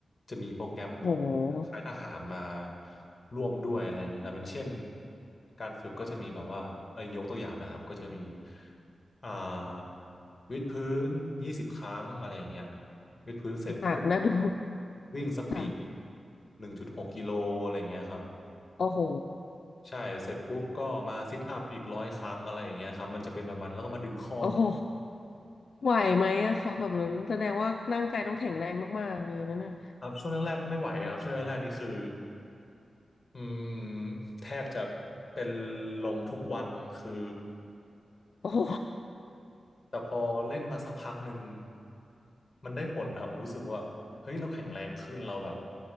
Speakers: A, on the left; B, on the left.
A: จะมีโปรแกรมของคล้ายๆทหารมา
B: โอ้โห
A: ร่วมด้วยอะไรอย่างเงี้ยครับอย่างเช่นการฝึกก็จะมีแบบว่าเอ่อยกตัวอย่างนะครับก็จะมีอ่าวิดพื้นยี่สิบครั้งอะไรอย่างเงี้ยวิดพื้นเสร็จปุ๊บ
B: หนักนะดู
A: วิ่งสปีด
B: ค่ะ
A: หนึ่งจุดหกกิโลอะไรอย่างเงี้ยครับ
B: โอ้โห
A: ใช่เสร็จปุ๊บก็มาซิทอัพอีกร้อยครั้งอะไรอย่างเงี้ยครับมันจะเป็นประมาณแล้วก็มาดึงข้อต่อ
B: โอ้โห ไหวไหมอะคะแบบนั้นแสดงว่าร่างกายต้องแข็งแรงมากๆเลยนั่นน่ะ
A: ครับช่วงแรกๆไม่ไหวครับช่วงแรกๆนี่คืออืมแทบจะเป็นลมทุกวันคือ
B: โอ้โห
A: แต่พอเล่นมาสักพักหนึ่งมันได้ผลครับรู้สึกว่าเฮ้ยเราแข็งแรงขึ้นเราแบบ